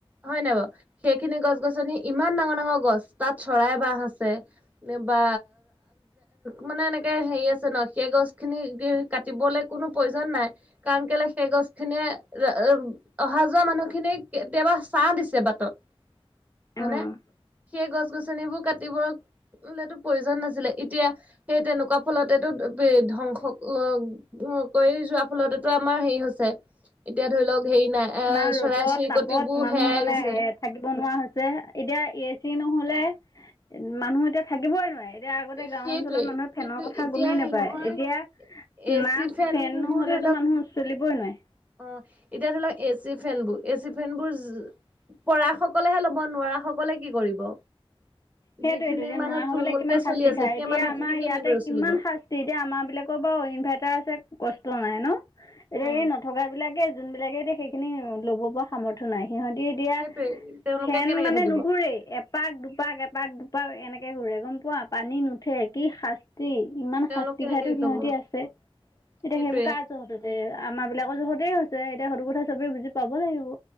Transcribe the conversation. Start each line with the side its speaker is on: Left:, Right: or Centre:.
Right: হয় নাই বাৰু? এই খিনি গছ গছনি ইমান ডাঙৰ ডাঙৰ গছ, তাত চৰাই বাহ আছে বা মানে এনেকে হেৰি আছে ন সেই গছ খিনি কাটিবলৈ কোনো প্ৰয়োজন নাই কাৰণ <unintelligible> সেই গছখিনিয়ে <unintelligible> অহা-যোৱা মানুহখিনিয়ক কেতিয়াবা ছাহ দিছে বাটত। হয়নে?
Left: অ
Right: সেই গছ-গছনিবোৰ কাটিবলেতো প্ৰয়োজন নাছিলে। এতিয়া সেই তেনেকুৱা ফলতে <unintelligible> ধ্বংস অ-অ কৰি যোৱাৰ ফলতেটো আমাৰ হেৰি হৈছে এতিয়া ধৰি লওক হেৰি নাই, এ
Left: ইমান ৰ'দত
Right: চৰাই-চিৰিকটিবোৰ
Left: তাপত মানুহ
Right: হেয়াই
Left: মানে
Right: গেছে।
Left: এ থাকিব নোৱাৰা হৈছে। এতিয়া এ চি নহ'লে মানুহ এতিয়া থাকিবই নোৱাৰে। এতিয়া আগতে
Right: সেইটোৱে
Left: গাওঁ অঞ্চলত মানুহে ফেনৰ
Right: কিন্তু
Left: কথা
Right: এতিয়া
Left: গমেই
Right: হেৰি
Left: নাপায়।
Right: নহয়
Left: এতিয়া
Right: এ
Left: না
Right: চি ফেনবোৰ
Left: ফেন নহ'লে
Right: ধৰি লওক
Left: মানুহ চলিবই নোৱাৰে।
Right: অ এতিয়া ধৰি লওঁক এ চি, ফেনবোৰ-এ চি, ফেনবোৰ যি পৰা সকলেহে ল'ব, নোৱাৰা সকলে কি কৰিব?
Left: সেইটোয়েটো
Right: যিখিনি
Left: এতিয়া
Right: মানুহ
Left: নোৱাৰাসকলে
Right: থুলমূলকে
Left: কিমান শাস্তি
Right: চলি আছে
Left: খায়।
Right: সেই
Left: এতিয়া
Right: মানুহখিনি
Left: আমাৰ
Right: কেনেদৰে
Left: ইয়াতে কিমান
Right: চলিব
Left: শাস্তি, এতিয়া আমাৰ বিলাকৰ বাৰু ও ইনভাৰ্টাৰ আছে কষ্ট নাই ন, এতিয়া
Right: উম
Left: এই নথকা বিলাকে যোনবিলাকে এতিয়া সেইখিনি ল'ব পৰা সামৰ্থয় নাই সিহঁতি এতিয়া
Right: সেইটোৱে তেওঁলোকে
Left: ফেন
Right: কেনেকে
Left: মানে
Right: থাকিব
Left: নুঘূৰেই এপাক-দুপাক-এপাক এপাক-দুপাৰ এনেকে ঘূৰে গম পোৱা? পানী নুঠে। কি শাস্তি ইমান
Right: তেওঁলোক
Left: শাস্তি
Right: কেনেকে
Left: খাইো
Right: শিকাব
Left: সিহঁতি আছে। এতিয়া
Right: সেইটোৱে
Left: সেইবোৰ কাৰ জৰহতে হৈছে? আমাৰ বিলাকৰ জোহতেই হৈছে, এতিয়া সেইটো কথা চবে বুজি পাব লাগিব।